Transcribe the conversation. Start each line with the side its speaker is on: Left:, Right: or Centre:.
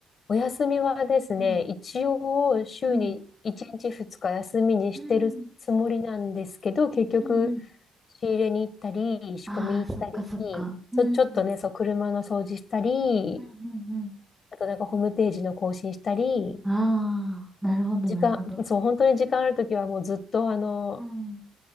Left: お休みはですね、
Centre: うん、
Left: 一応週に1日2日休みにしてるつもりなんですけど、
Centre: うん、うん、
Left: 結局
Centre: うん、うん。
Left: 仕入れに行ったり、仕込み行ったり、
Centre: ああ、そっか、そっか。うん、
Left: ちょ、ちょっとね、
Centre: うん、
Left: そう、車の掃除したり、
Centre: うん、うん。
Left: あとなんかホームページの更新したり、
Centre: ああ、なるほど、
Left: 時間、
Centre: なるほど。
Left: そう、本当に時間あるときはもうずっとあの、
Centre: うん。